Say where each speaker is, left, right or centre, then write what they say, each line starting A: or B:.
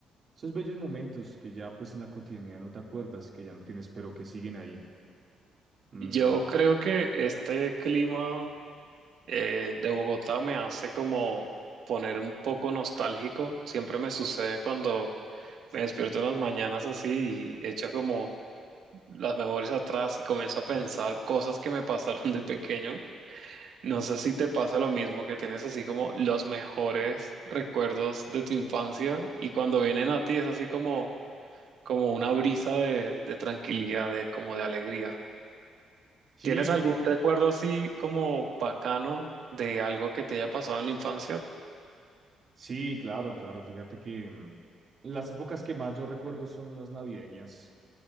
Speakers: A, on the right (about 45°); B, on the right (about 70°).
A: esos bellos momentos que ya pues en la cotidianidad no te acuerdas, que ya no tienes, pero que siguen ahí? Mm,
B: Yo creo que este clima eh, de Bogotá me hace como poner un poco nostálgico. Siempre me sucede cuando me despierto en las mañanas así y echo como las memorias atrás y comienzo a pensar cosas que me pasaron de pequeño. No sé si te pasa lo mismo, que tienes así como los mejores recuerdos de tu infancia y cuando vienen a ti es así como, como una brisa de, de tranquilidad, de, como de alegría.
A: sí,
B: ¿Tienes algún
A: sí,
B: recuerdo así como bacano de algo que te haya pasado en la infancia?
A: sí, claro, claro, fíjate que mm, las épocas que más yo recuerdo son las navideñas.